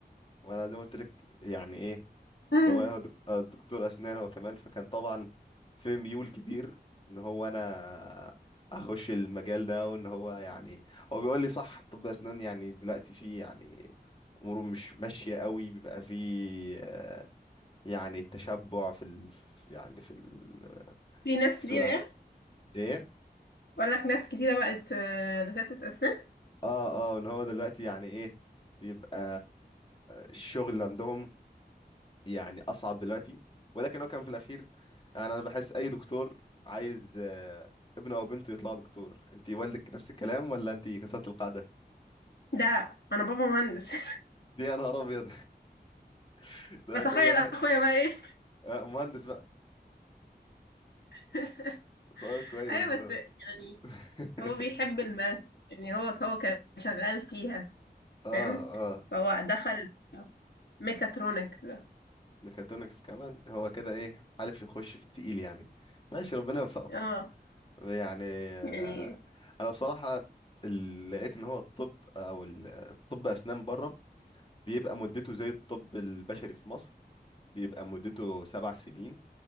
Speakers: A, on the left; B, on the left.
A: وانا زي ما قلت لك يعني ايه
B: مم.
A: بابايا هو دك- آه، دكتور اسنان هو كمان فكان طبعا في ميول كبير ان هو انا اخش المجال ده وان هو يعني هو بيقول لي صح طب اسنان يعني دلوقتي فيه يعني اموره مش ماشيه قوي بيبقى فيه آه، يعني تشبع في ال... في- يعني في ال...
B: في ناس
A: في
B: كتير
A: سوق العمل
B: يعني.
A: ايه
B: بقول لك ناس كتيرة بقت آه، دكاترة أسنان
A: اه اه ان هو دلوقتي يعني ايه بيبقى الشغل اللي عندهم يعني اصعب دلوقتي ولكن هو كان في الاخير يعني انا بحس اي دكتور عايز آه، ابنه او بنته يطلع دكتور انت والدك نفس الكلام ولا انت كسرت القاعده
B: ده أنا بابا مهندس
A: دي يا نهار ابيض <laughs>
B: <laughs>
A: ده
B: بتخيل
A: كل واحد
B: أخويا بقى إيه
A: آه، مهندس بقى
B: <laughs>
A: طيب كويس
B: أيوة
A: اه
B: بس يعني
A: <laughs>
B: هو بيحب الماث يعني هو هو كان شغال فيها
A: اه,
B: فاهم
A: آه.
B: فهو دخل ميكاترونكس ده
A: ميكاترونكس كمان هو كده ايه حالف يخش في التقيل يعني ماشي ربنا يوفقه
B: اه
A: يعني آه،
B: يعني
A: انا بصراحه ال- لقيت ان هو الطب او ال- الطب اسنان بره بيبقى مدته زي الطب البشري في مصر بيبقى مدته سبع سنين